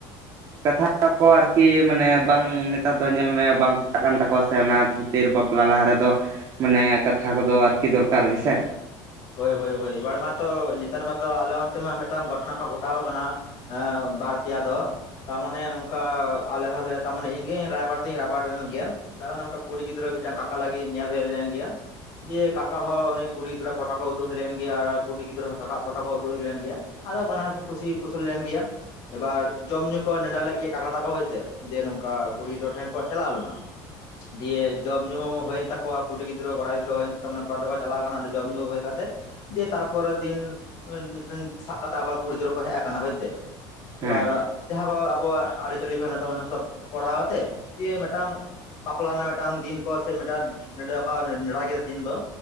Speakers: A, on the right; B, on the left.
A: ᱠᱟᱛᱷᱟ ᱠᱚ ᱟᱨᱠᱤ ᱢᱟᱱᱮ ᱵᱟᱝ ᱱᱮᱛᱟᱨ ᱫᱚ ᱧᱮᱞ ᱢᱮ ᱵᱟᱝ ᱯᱚᱴᱟᱜ ᱠᱟᱱ ᱛᱟᱠᱚᱣᱟ ᱥᱮ ᱚᱱᱟ ᱠᱷᱟᱹᱛᱤᱨ ᱵᱟᱯᱞᱟ ᱞᱟᱦᱟ ᱨᱮᱫᱚ ᱢᱟᱱᱮ ᱠᱟᱛᱷᱟ ᱠᱚᱫᱚ ᱟᱨᱠᱤ ᱫᱚᱨᱠᱟᱨ ᱜᱮᱥᱮ᱾
B: ᱦᱳᱭ ᱦᱳᱭ ᱦᱳᱭ ᱮᱵᱟᱨ ᱢᱟᱛᱚ ᱱᱮᱛᱟᱨ ᱢᱟᱛᱚ ᱟᱞᱮ ᱚᱱᱛᱮ ᱢᱟ ᱢᱤᱫᱴᱟᱝ ᱜᱷᱚᱴᱚᱱᱟ ᱠᱚ ᱜᱷᱚᱴᱟᱣ ᱟᱠᱟᱱᱟ᱾ ᱦᱮᱸ ᱵᱟᱨ ᱯᱮᱭᱟ ᱫᱚ, ᱛᱟᱨᱢᱟᱱᱮ ᱱᱚᱝᱠᱟ ᱟᱞᱮ ᱦᱚᱞᱮ ᱛᱟᱨᱢᱟᱱᱮ ᱤᱧ ᱜᱮ ᱨᱟᱭᱵᱟᱨ ᱫᱩᱧ ᱨᱟᱭᱵᱟᱨ ᱞᱮᱱ ᱜᱮᱭᱟ᱾ ᱛᱟᱞᱦᱮ ᱱᱚᱝᱠᱟ ᱠᱩᱲᱤ ᱜᱤᱫᱽᱨᱟᱹ ᱢᱤᱫᱴᱟᱝ ᱠᱟᱠᱟ ᱞᱟᱹᱜᱤᱫ ᱧᱮᱞ ᱦᱩᱭ ᱞᱮᱱ ᱜᱮᱭᱟ ᱫᱤᱭᱮ ᱠᱟᱠᱟ ᱦᱚ ᱩᱱᱤ ᱠᱩᱲᱤ ᱜᱤᱫᱽᱨᱟᱹ ᱯᱷᱳᱴᱳ ᱠᱚ ᱩᱫᱩᱜ ᱦᱩᱭ ᱞᱮᱱ ᱜᱮᱭᱟ ᱟᱨ ᱠᱩᱲᱤ ᱜᱤᱫᱽᱨᱟᱹ ᱦᱚ ᱠᱟᱠᱟ ᱣᱟᱜ ᱯᱷᱳᱴᱳ ᱠᱚ ᱩᱫᱩᱜ ᱦᱩᱭ ᱞᱮᱱ ᱜᱮᱭᱟ, ᱟᱫᱚ ᱵᱟᱱᱟ ᱦᱚᱲ ᱠᱤᱱ ᱠᱩᱥᱤ ᱠᱩᱥᱩᱞ ᱞᱮᱱ ᱜᱮᱭᱟ᱾ ᱮᱵᱟᱨ ᱡᱚᱢ ᱧᱩ ᱠᱚ ᱱᱮᱰᱟ ᱞᱮᱫ ᱜᱮᱭᱟ ᱠᱟᱠᱟ ᱛᱟᱠᱚ ᱦᱚᱭᱥᱮ ᱫᱤᱭᱮ ᱱᱚᱝᱠᱟ ᱠᱩᱲᱤ ᱜᱤᱫᱨᱟᱹ ᱴᱷᱮᱱ ᱠᱚ ᱪᱟᱞᱟᱣ ᱞᱮᱱᱟ, ᱫᱤᱭᱮ ᱡᱚᱢ ᱧᱩ ᱦᱩᱭᱮᱱ ᱛᱟᱠᱚᱣᱟ ᱠᱩᱲᱤ ᱜᱤᱫᱽᱨᱟᱹ ᱠᱚᱲᱟ ᱜᱤᱫᱽᱨᱟᱹ ᱦᱩᱭᱮᱱ ᱛᱟ ᱢᱟᱱᱮ ᱠᱚᱲᱟ ᱫᱚᱠᱚ ᱠᱚ ᱪᱟᱞᱟᱣ ᱟᱠᱟᱱᱟ, ᱡᱚᱢ ᱧᱩ ᱦᱩᱭ ᱠᱟᱛᱮᱜ, ᱫᱤᱭᱮ ᱛᱟᱨᱯᱚᱨ ᱫᱤᱱ ᱢᱤᱫᱴᱟᱝ ᱥᱟᱵ ᱠᱟᱛᱮᱜ ᱟᱵᱟᱨ ᱠᱩᱲᱤᱫᱨᱟᱹ ᱠᱚ ᱦᱮᱡ ᱟᱠᱟᱱᱟ ᱦᱳᱭᱥᱮ᱾
A: ᱦᱮᱸ
B: ᱮᱵᱟᱨ ᱡᱟᱦᱟᱸ ᱠᱚ ᱟᱵᱚᱣᱟᱜ ᱟᱹᱨᱤᱪᱟᱞᱤ ᱠᱚ ᱦᱮᱱᱟᱜ ᱛᱟᱵᱚᱱᱟ ᱥᱚᱵ ᱠᱚᱨᱟᱣ ᱠᱟᱛᱮᱜ ᱫᱤᱭᱮ ᱢᱤᱫᱴᱟᱝ ᱵᱟᱯᱞᱟ ᱨᱮᱱᱟᱜ ᱢᱤᱫᱴᱟᱝ ᱫᱤᱱ ᱠᱚ ᱥᱮ ᱢᱤᱫᱴᱟᱝ ᱱᱮᱰᱟ ᱠᱚ ᱱᱮᱰᱟ ᱠᱮᱫᱟ ᱫᱤᱱ ᱫᱚ,